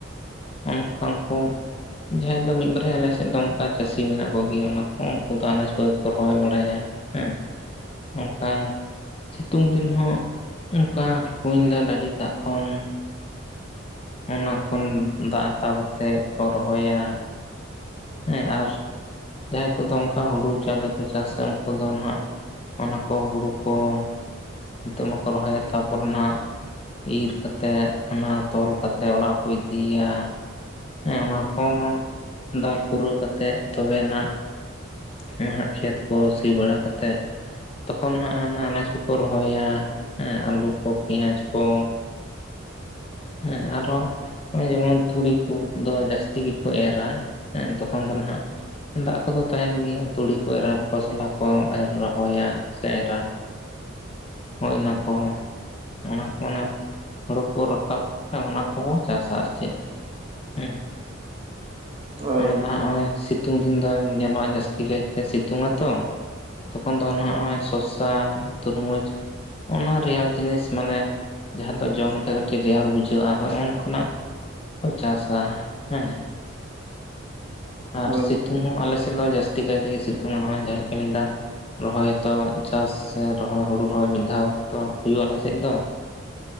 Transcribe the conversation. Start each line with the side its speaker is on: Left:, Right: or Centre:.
Left: <unintelligible> ᱡᱟᱦᱟᱸᱭ ᱫᱚ ᱢᱤᱫ ᱵᱟᱨᱭᱟ ᱟᱞᱮᱥᱮᱫ ᱫᱚ ᱚᱱᱠᱟ ᱪᱟᱥᱤ ᱢᱮᱱᱟᱜ ᱠᱚᱜᱮᱭᱟ ᱚᱱᱟ ᱠᱚ ᱩᱱᱠᱩ ᱫᱚ ᱟᱱᱟᱡᱽ ᱠᱚ ᱜᱮᱠᱚ ᱨᱚᱦᱚᱭ ᱵᱟᱲᱟᱭᱟ᱾ ᱦᱮᱸ ᱚᱱᱠᱟ ᱥᱤᱛᱩᱝ ᱫᱤᱱ ᱦᱚᱸ ᱚᱱᱠᱟ ᱠᱩᱧ ᱫᱟᱜ ᱰᱟᱹᱰᱤ ᱫᱟᱜ ᱠᱷᱚᱱ ᱚᱱᱟ ᱠᱷᱚᱱ ᱫᱟᱜ ᱦᱟᱛᱟᱣ ᱠᱟᱛᱮ ᱠᱚ ᱨᱚᱦᱚᱭᱟ ᱦᱮᱸ ᱟᱨ ᱡᱟᱦᱟᱸᱭ ᱠᱚᱫᱚ ᱚᱱᱠᱟ ᱦᱩᱲᱩ ᱪᱟᱣᱞᱮ ᱠᱚ ᱪᱟᱥᱟ ᱩᱱᱠᱩ ᱫᱚ ᱱᱟᱜᱷ ᱚᱱᱟ ᱠᱚ ᱦᱩᱲᱩ ᱠᱚ ᱱᱤᱛᱚᱜ ᱢᱟᱠᱚ ᱨᱚᱦᱚᱭᱟ ᱛᱟᱯᱚᱨᱮ ᱱᱟᱜᱷ ᱤᱨ ᱠᱟᱛᱮᱫ ᱚᱱᱟ ᱛᱚᱞ ᱠᱟᱛᱮᱫ ᱚᱲᱟᱜ ᱠᱚ ᱤᱫᱤᱭᱟ᱾ ᱮᱸ ᱚᱱᱟ ᱠᱚᱦᱚᱸ ᱫᱟᱞ ᱯᱩᱨᱟᱹᱣ ᱠᱟᱛᱮᱫ ᱛᱚᱵᱮᱭᱱᱟ ᱱᱟᱦᱟᱜ ᱠᱷᱮᱛ ᱠᱚ ᱥᱤ ᱵᱟᱲᱟ ᱠᱟᱛᱮᱫ ᱛᱚᱠᱷᱚᱱ ᱦᱟᱸᱜ ᱚᱱᱟ ᱟᱱᱟᱡᱽ ᱠᱚᱠᱚ ᱨᱚᱦᱚᱭᱟ ᱦᱮᱸ ᱟᱹᱞᱩ ᱠᱚ ᱯᱮᱸᱭᱟᱡᱽ ᱠᱚ ᱦᱮᱸ ᱟᱨ ᱦᱚᱸ ᱱᱚᱜ ᱚᱭ ᱡᱮᱢᱚᱱ ᱛᱩᱲᱤ ᱠᱚᱫᱚ ᱡᱟᱹᱥᱛᱤ ᱜᱮᱠᱚ ᱮᱨᱟ ᱦᱮᱸ ᱛᱚᱠᱷᱚᱱ ᱫᱚ ᱱᱟᱜᱷ ᱫᱟᱜ ᱠᱚᱫᱚ ᱛᱟᱦᱮᱱ ᱜᱮᱭᱟ ᱛᱩᱲᱤ ᱠᱚ ᱮᱨᱟ ᱠᱷᱚᱥᱞᱟ ᱠᱚ ᱮᱨ ᱨᱚᱦᱚᱭᱟ ᱥᱮ ᱮᱨᱟ᱾ ᱦᱳᱭ ᱚᱱᱟ ᱠᱚᱦᱚᱸ ᱚᱱᱟ ᱚᱱᱟ ᱦᱳᱲᱳ ᱠᱚ ᱨᱟᱠᱟᱵ ᱚᱱᱟ ᱠᱚᱵᱚ ᱪᱟᱥᱟ ᱟᱨ ᱪᱮᱫ ᱦᱮᱸ
Right: ᱦᱳᱭ
Left: ᱟᱨ ᱱᱟᱦᱟᱜ ᱱᱚᱜᱚᱭ ᱥᱤᱛᱩᱝ ᱫᱤᱱ ᱫᱚ ᱧᱮᱞᱚᱜᱼᱟ ᱡᱟᱹᱥᱛᱤ ᱠᱟᱭᱛᱮ ᱥᱤᱛᱩᱝ ᱟᱛᱚ ᱛᱚᱠᱷᱚᱱ ᱫᱚ ᱱᱚᱜᱼᱚᱭ ᱥᱚᱥᱟ ᱛᱩᱨᱢᱩᱡᱽ, ᱚᱱᱟ ᱨᱮᱭᱟᱲ ᱡᱤᱱᱤᱥ ᱢᱟᱱᱮ ᱡᱟᱦᱟᱸ ᱫᱚ ᱡᱚᱢ ᱞᱮᱠᱷᱟᱡ ᱠᱟᱹᱴᱤᱡ ᱨᱮᱭᱟᱲ ᱵᱩᱡᱷᱟᱹᱜᱼᱟ ᱦᱚᱸᱜ ᱚ ᱱᱚᱝ ᱠᱟᱱᱟᱜᱷ ᱠᱚ ᱪᱟᱥᱟ ᱦᱮᱸ ᱟᱨ
Right: ᱦᱳᱭ
Left: ᱥᱤᱛᱩᱝ
Right: ᱦᱳᱭ
Left: ᱦᱚᱸ ᱟᱞᱮ ᱥᱮᱫ ᱫᱚ ᱡᱟᱹᱥᱛᱤ ᱠᱟᱭ ᱛᱮᱜᱮ ᱥᱤᱛᱩᱝ-ᱟ ᱱᱚᱜᱼ ᱚᱭ ᱡᱟᱸᱦᱟ ᱞᱮᱠᱟ ᱨᱚᱦᱚᱭ ᱛᱚ ᱪᱟᱥ ᱥᱮ ᱨᱚᱦᱚᱭ ᱦᱩᱲᱩ ᱨᱚᱦᱚᱭ ᱢᱤᱫ ᱫᱷᱟᱣ ᱛᱚ ᱦᱩᱭᱩᱜᱼᱟ ᱟᱞᱮᱥᱮᱫ ᱫᱚ